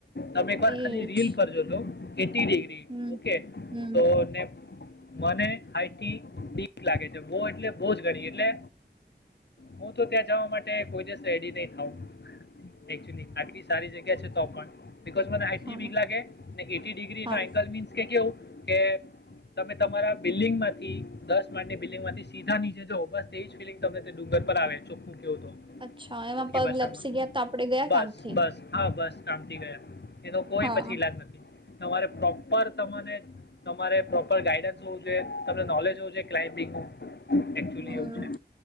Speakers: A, on the left; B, on the right.
A: તમે એક
B: એજ
A: વાર ખાલી રીલ પર જો જો એટી ડીગ્રી
B: હમ
A: ઓકે
B: હમ
A: તોને મને હાઈટથી બીક લાગે છે બો એટલે બો જ ઘણી એટલે હું તો ત્યાં જવા માટે કોઈ દિવસ રેડી નહી થાઉ એક્ચ્યુલી આટલી સારી જગ્યા છે તો પણ બીકોઝ મને હાઈટથી
B: હા
A: બીક લાગે ને એટી ડિગ્રીનો
B: હા
A: એંગલ મીન્સ કે કેવું કે તમે તમારા બિલ્ડિંગ માંથી દસ માણની બિલ્ડિંગ માંથી સીધા નીચે જો બસ તેજ ફીલિંગ તમને તે ડુંગર પર આવે ચોખ્ખું કયો તો
B: અચ્છા એમાં
A: ચોખ્ખી
B: પગ
A: ભાષામાં
B: લપસી ગયા તો આપડે ગયા
A: બસ
B: કામથી
A: બસ હા બસ કામ થી ગયા એનો કોઈ
B: હા
A: પછી
B: હા,
A: ઈલાજ નથી તમારે પ્રોપર તમને તમારે પ્રોપર ગાઈડન્સ હોવું જોઈએ તમને નોલેજ હોવ જો ક્લાયપીનગનુ એકચુલી
B: હમ
A: એવું છે